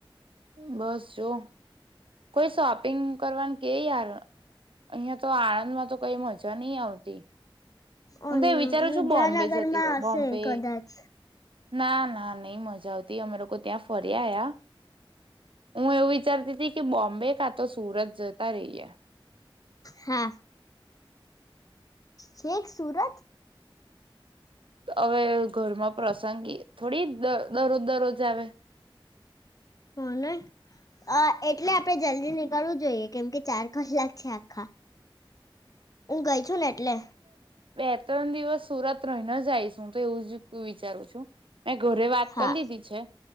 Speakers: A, on the right (about 70°); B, on the left (about 40°).
A: બસ જો કોઈ શોપિંગ કરવાનું કે યાર અહિયાં તો આણંદ માં તો કઈ મજા નહી આવતી
B: ઓ
A: હું તો એ વિચારું
B: વિદ્યાનગર
A: છું બોમ્બે જતી
B: માં
A: રહું બોમ્બે
B: હશે કદાચ
A: ના ના નહી મજા આવતી અમે લોકો ત્યાં ફર્યાયા હું એવુ વિ ચારતી હતી કે બો મ્બે કા તો સુરત જતા રહીએ
B: હા છેક સુરત
A: હવે ઘરમાં પ્રસંગી થોડી દરોજ દરરોજ આવે
B: હ નહી એટલે આપણેે જલ્દી નીકળવું જોઈએ કેમ કે ચાર કલાક છે આખા હું ગઈ છું ને એટલે
A: બે ત્રણ દિવસ સુરત રહીને જાયશું તો એવું જ વિચારું છું મેં ઘરે વાત
B: હા
A: કરી લીધી છે